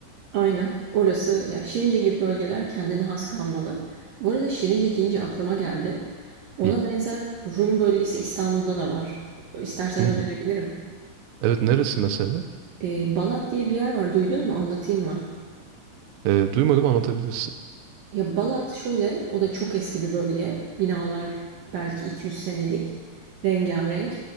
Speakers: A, on the right; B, on the right.
A: Aynen. Orası ya Şirince gibi bölgeler kendine has kalmalı. Bu arada Şirince deyince aklıma geldi. Ona
B: Hı.
A: benzer Rum bölgesi İstanbul'da da var. İstersen
B: Hı.
A: önerebilirim.
B: Evet neresi mesela?
A: Ee, Balat diye bir yer var. Duydun mu? Anlatayım mı?
B: Ee, duymadım anlatabilirsin.
A: Ya Balat şöyle, o da çok eski bir bölge. Binalar belki 200 senelik, rengarenk.